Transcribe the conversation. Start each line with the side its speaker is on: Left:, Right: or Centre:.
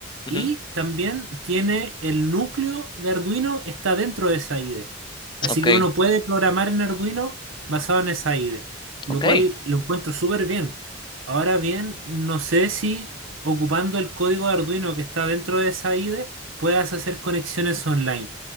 Left: ujú.
Right: Y también tiene el núcleo de Arduino está dentro de esa IDE. Así
Left: Ok,
Right: que uno puede programar en Arduino basado en esa IDE, lo
Left: ok.
Right: cual lo encuentro súper bien. Ahora bien, no sé si ocupando el código de Arduino que está dentro de esa IDE puedas hacer conexiones online,